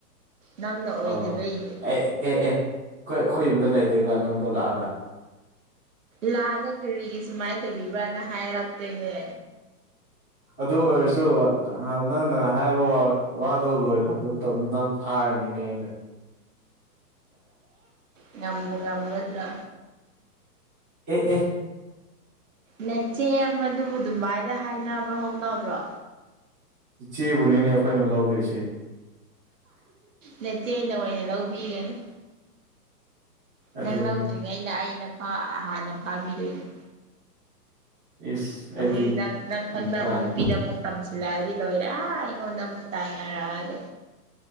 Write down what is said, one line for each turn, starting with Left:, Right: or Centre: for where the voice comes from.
Right: ꯅꯪꯅ ꯑꯣꯏꯗꯕꯩꯅꯦ
Centre: ꯑꯣ ꯑꯦ ꯑꯦ ꯑꯦ ꯑꯩꯈꯣꯏ ꯑꯩꯈꯣꯏ ꯌꯨꯝꯗ ꯂꯩꯗꯣꯏꯕ ꯅꯪꯡꯗꯣ ꯂꯥꯛꯑꯒ꯫
Right: ꯂꯥꯟꯗ ꯀ꯭ꯔꯤꯒꯤ ꯁꯨꯃꯥꯏ꯭ꯟ ꯇꯧꯕꯤꯕ꯭ꯔꯥꯅ ꯍꯥꯏꯔꯛꯇꯣꯏꯅꯦ
Centre: ꯑꯗꯨ ꯑꯣꯏꯔꯁꯨ ꯅꯪꯅ ꯍꯥꯏꯕ ꯋꯥ ꯋꯥꯗꯣ ꯂꯣꯏꯈ꯭ꯔꯕ ꯇꯝꯗꯧ ꯐꯥꯔꯅꯤꯅꯦ ꯅ
Right: ꯉꯝꯕꯨ ꯉꯃꯒꯗ꯭ꯔꯣ
Centre: ꯑꯦ ꯑꯦ
Right: ꯅꯆꯦꯑꯝꯗꯕꯨ ꯗꯨꯃꯥꯏꯅ ꯍꯥꯏꯅꯕ ꯍꯧꯅꯕ꯭ꯔꯣ
Centre: ꯏꯆꯦꯕꯨꯅꯤꯅꯦ ꯑꯩꯈꯣꯏꯅ ꯂꯧꯗꯣꯏꯁꯦ
Right: ꯅꯆꯦꯅ ꯑꯣꯏꯅ ꯂꯧꯕꯤꯒꯅꯤ
Centre: ꯑꯗꯨꯅꯤ
Right: ꯅꯪ ꯂꯧꯗ꯭ꯔꯤꯉꯩꯩꯅ ꯑꯩꯅ ꯐꯥ ꯍꯥꯟꯅ ꯐꯥꯕꯤꯗꯣꯏꯅꯦ
Centre: ꯏꯁ ꯑꯩꯗꯤ
Right: <unintelligible> ꯅꯪ ꯅꯪ ꯈꯪꯅꯕ
Centre: ꯅꯨꯄꯥꯅꯤ
Right: ꯅꯨꯄꯤꯗꯃꯨꯛ ꯇꯝꯁꯂꯗꯤ ꯂꯣꯏꯔꯦ ꯑꯩꯉꯣꯟꯗ ꯑꯃꯨꯛ ꯇꯥꯏꯅꯔꯛꯑꯗꯤ